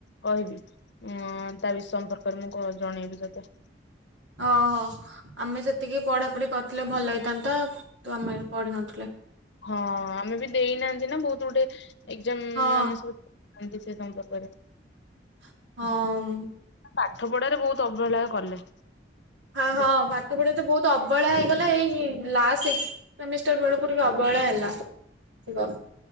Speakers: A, on the left (about 70°); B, on the right (about 85°).
A: କହିବି ତା ବି ସମ୍ପର୍କରେ ମୁଁ ଜଣେଇବି ତତେ।
B: ଓହୋ ଆମେ ସେତିକି ପଢାପଢି କରିଥିଲେ ଭଲ ହେଇଥାନ୍ତା। ତୁ ଆମେ ପଢିିନଥିଲେ।
A: ହଁ ଆମେ ବି ଦେଇନାହାନ୍ତି। ନା ବହୁତ ଗୁଡେ ଏକଜାମ୍
B: ହଁ
A: ଆମେ ସବୁ ସେ ସମ୍ପର୍କରେ।
B: ହଁ।
A: ପାଠ ପଢାରେ ବହୁତ ଅବହେଳା କଲେ।
B: ହଁ
A: ସେ
B: ହଁ ପାଠ ପଢା ତ ବହୁତ ଅବହେଳା ହେଇ ଏଇ ଲାଷ୍ଟ ଏକ୍ସପ୍ଲାନେଷ୍ଟ ବେଳକୁ ଟିକେ ଅବହେଳା ହେଲା ହବ।